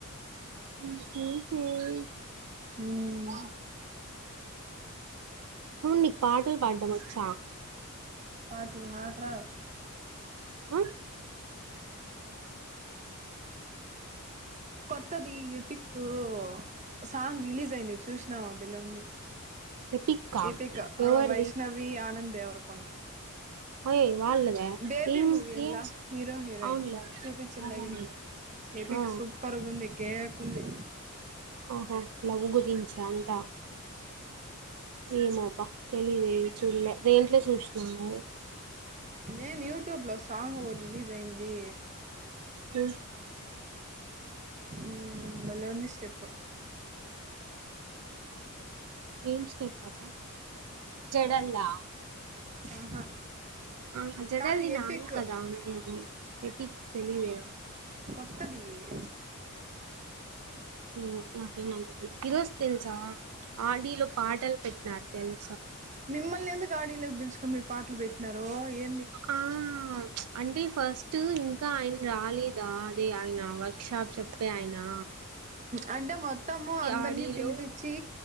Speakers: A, on the right; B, on the right.
A: ఊహ్మ్ ఊమ్
B: ఊమ్
A: అవును నీకు పాటలు పాడడం వచ్చా
B: పాటలు నాక్ రావ్
A: హ
B: కొత్తది ఈ పిక్కు ఆ సాంగ్ రిలీజ్ అయింది చూసినవ బిలోంది
A: ఎపిక్కా
B: ఏపీక్
A: ఎవరిది
B: ఆ వైష్ణవి ఆనంద్ దేవరకొండ
A: అయ్ వాళ్ళదా
B: బేబీ
A: ఏం
B: మూవీన్లా
A: ఏం
B: హీరో హీరోయిన్
A: అవునులే
B: చూపించిన్ల
A: అవునులే
B: ఈవినింగ్ ఏపీక్
A: ఆ
B: సూపర్గుంది కేకుంది
A: ఒహో లవుగురించ అంతా ఏమబ్బా తెలిదేది చూళ్లే దేంట్లో చూసినావు
B: నేను యూట్యూబ్లో సాంగ్ ఓటి రిలీజ్ అయింది
A: ఉహ్
B: ఊమ్ బలోంది స్టెప్
A: ఏమ్స్ స్టెప్ పాప జడలా
B: ఆహా
A: ఆ జడల్ని
B: కాదు
A: నాని
B: ఎపిక్
A: కదా అది ఎపిక్ తెలిదే
B: తది
A: ఏమో నాకేమనిపియ్ ఈరోజు తెలుసా ఆడిలో పాటలు పెట్టినర్ తెల్
B: మిమల్నిందు గాడలోకి పిలుచకొ మీ పాటలు పెట్టినన్నారు ఏ
A: ఆ అండి ఫస్ట్ తు ఇంకా ఆయన రాలేదా అదే ఆయన వర్క్ షాప్ చెప్ ే అయనా
B: అంటే మొత్తము అందరినీ
A: ఆడిలో
B: పిలిపించి